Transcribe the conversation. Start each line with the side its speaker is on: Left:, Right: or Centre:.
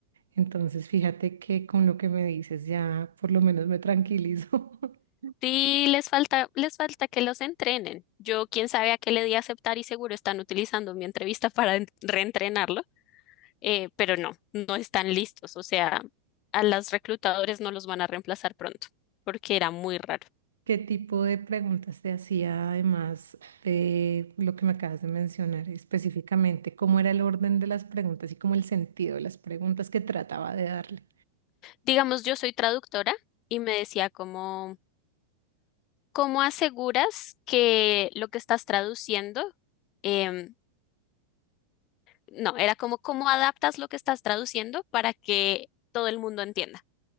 Right: Entonces, fíjate que con lo que me dices ya por lo menos me tranquilizo. <laughs>
Left: Sí, les falta, les falta que los entrenen. Yo, quién sabe a qué le di a aceptar y seguro están utilizando mi entrevista <laughs> para en- reentrenarlo, eh, pero no, no están listos. O sea, a los reclutadores no los van a reemplazar pronto, porque era muy raro.
Right: ¿Qué tipo de preguntas te hacía además de lo que me acabas de mencionar específicamente? ¿Cómo era el orden de las preguntas y cómo el sentido de las preguntas que trataba de darle?
Left: digamos, yo soy traductora y me decía como, ¿cómo aseguras que lo que estás traduciendo, em, no, era como, ¿cómo adaptas lo que estás traduciendo para que todo el mundo entienda?